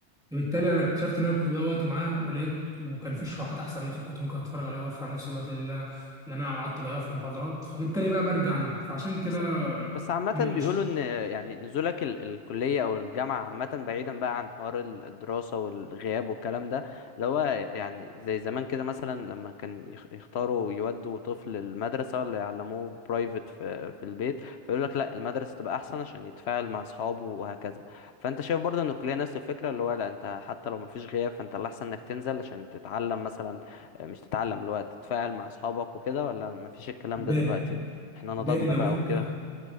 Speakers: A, in the centre; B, on the left (about 70°).
A: فبالتالي انا اكتشفت ان انا كنت بضيع وقتي معاه ولقيت وكان في شروحات احسن على اليوتيوب كنت ممكن اتفرج عليها واوفر على نفس الوقت اللي انا اللي انا قعدت اضيعه في المحاضرات فبالتالي بقى برجع عندي فعشان كده
B: بس بس عامة
A: م-
B: بيقولوا
A: مش
B: إن يعني نزولك ال- الكلية أو الجامعة عامة بعيدا بقى عن حوار ال- الدراسة والغياب والكلام ده اللي هو يعني زي زمان كده مثلا لما كان يخ- يختاروا يودوا طفل المدرسة ولا يعلموه برايفت في, في البيت فيقول لك لا المدرسة تبقى أحسن عشان يتفاعل مع أصحابه وهكذا فأنت شايف برضه إن الكلية نفس الفكرة اللي هو لا أنت حتى لو مفيش غياب فأنت الأحسن إنك تنزل عشان تتعلم مثلا مش تتعلم اللي هو تتفاعل مع أصحابك وكده ولا مفيش الكلام ده
A: باري
B: دلوقتي؟ احنا نضجنا
A: باري لو
B: بقى
A: انت
B: وكده